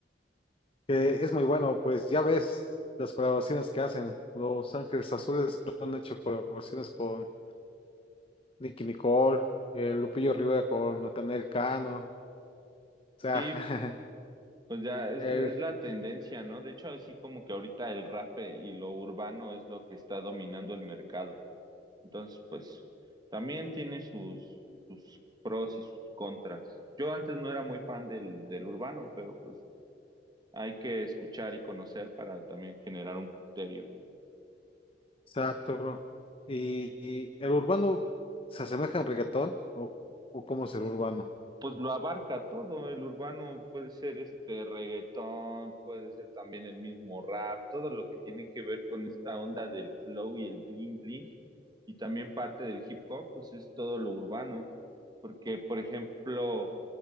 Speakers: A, on the left (about 30°); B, on the right (about 25°).
A: que es muy bueno, pues ya ves las colaboraciones que hacen, Los Ángeles Azules creo que han hecho colaboraciones con Nicky Nicole, eh, Lupillo Rivera con Natanael Cano.
B: Sí,
A: sea, <laughs>
B: pues ya es,
A: el,
B: es la tendencia, ¿no? De hecho, así como que ahorita el rap eh, y lo urbano es lo que está dominando el mercado. Entonces, pues también tiene sus, sus pros y sus contras. Yo antes no era muy fan del, del urbano, pero pues hay que escuchar y conocer para también generar un criterio.
A: exacto, bro. Y, y el urbano se asemeja al reggaetón o, o cómo es el urbano.
B: pues lo abarca todo, el urbano puede ser este reggaetón, puede ser también el mismo rap, todo lo que tiene que ver con esta onda del flow y el bling bling, y también parte del hip hop, pues es todo lo urbano, porque por ejemplo,